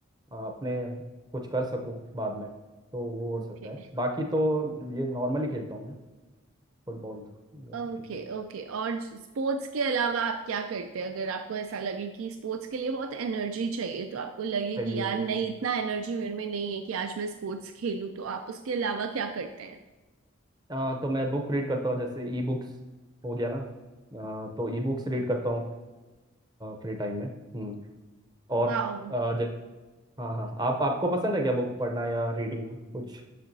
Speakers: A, on the right; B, on the right.
A: आ, अपने कुछ कर सकूं बाद में तो वो हो
B: ओके।
A: सकता है बाकी तो ये नॉर्मली खेलता हूँ मैं फुटबॉल या फिर
B: Okay
A: क्रिकेट
B: okay और स्पोर्ट्स के अलावा आप क्या करते हैं अगर आपको ऐसा लगे कि स्पोर्ट्स के लिए बहुत एनर्जी चाहिए तो आपको लगे
A: सही
B: कि यार
A: है बिल्कुल
B: नहीं इतना एनर्जी मेरे में नहीं है कि आज मैं स्पोर्ट्स खेलूं तो आप उसके अलावा क्या करते हैं
A: आ, तो मैं बुक रीड करता हूँ जैसे ई बुक्स हो गया ना आ, तो ई बुक्स रीड करता हूँ फ्री टाइम में हम्म और
B: वाह
A: आ, जै- हाँ हाँ आप आपको पसंद है क्या बुक पढ़ना या रीडिंग कुछ